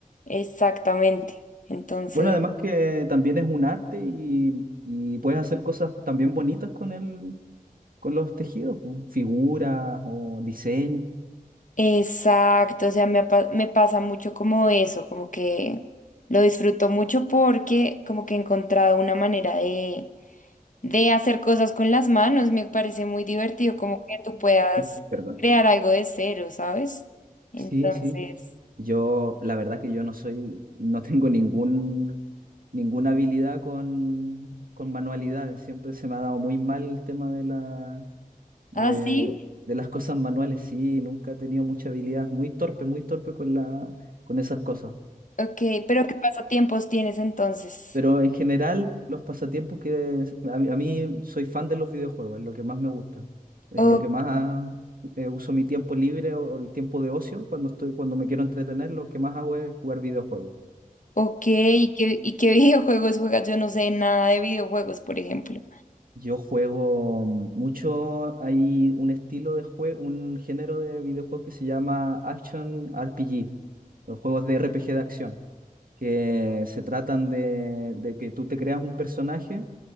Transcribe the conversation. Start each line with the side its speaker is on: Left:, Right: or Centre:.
Left: Exactamente. Entonces,
Right: Bueno, además que también es un arte y, y puedes hacer cosas también bonitas con el, con los tejidos, pues, figuras o diseño.
Left: exacto, o sea, me, pa- me pasa mucho como eso, como que lo disfruto mucho porque como que he encontrado una manera de, de hacer cosas con las manos, me parece muy divertido como que tú puedas
Right: Uy, perdón.
Left: crear algo de cero, ¿sabes? Entonces,
Right: Sí, sí. Yo, la verdad que yo no soy, no tengo ningún, ninguna habilidad con, con manualidades. Siempre se me ha dado muy mal el tema de la, de,
Left: así,
Right: de las cosas manuales. Sí, nunca he tenido mucha habilidad. Muy torpe, muy torpe con la, con esas cosas.
Left: ok, pero ¿qué pasatiempos tienes entonces?
Right: Pero en general, los pasatiempos que a, mí a mí soy fan de los videojuegos, es lo que más me gusta, es
Left: O-
Right: lo que más eh, uso mi tiempo libre o, o el tiempo de ocio cuando estoy, cuando me quiero entretener, lo que más hago es jugar videojuegos.
Left: ok, ¿y qué, y qué <laughs> videojuegos juegas? Yo no sé nada de videojuegos, por ejemplo.
Right: Yo juego mucho, hay un estilo de juego, un género de videojuegos que se llama Action RPG, o juegos de RPG de acción, que se tratan de, de que tú te creas un personaje